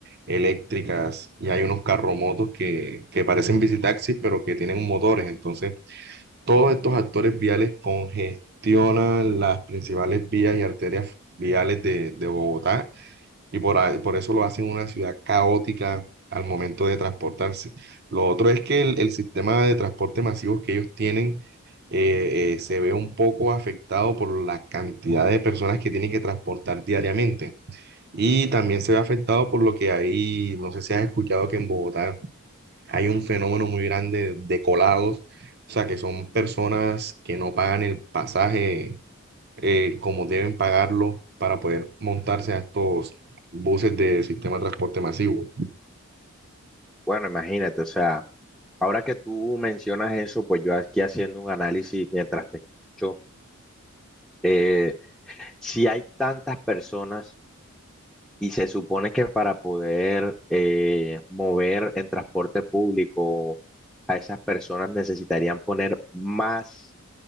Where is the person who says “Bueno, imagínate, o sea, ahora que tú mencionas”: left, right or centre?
Centre